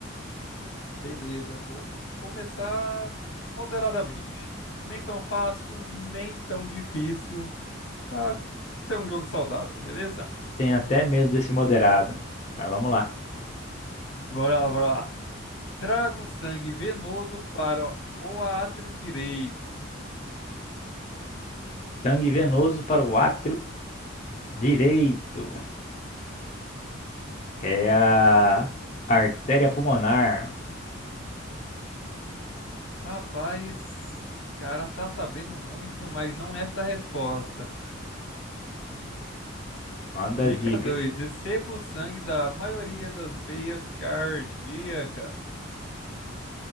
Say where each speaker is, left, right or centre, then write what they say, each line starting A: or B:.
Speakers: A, on the left; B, on the left.
A: Beleza, vou começar moderadamente. Nem tão fácil, nem tão difícil, para ser um jogo saudável, beleza?
B: Tem até medo desse moderado. Mas vamos lá.
A: Bora lá, bora lá. Traga o sangue venoso para o átrio direito.
B: Sangue venoso para o átrio direito. É a artéria pulmonar.
A: Rapaz, cara tá sabendo muito, mas não é essa resposta.
B: Manda
A: Dica
B: as dicas.
A: 2: Receba o sangue da maioria das veias cardíacas.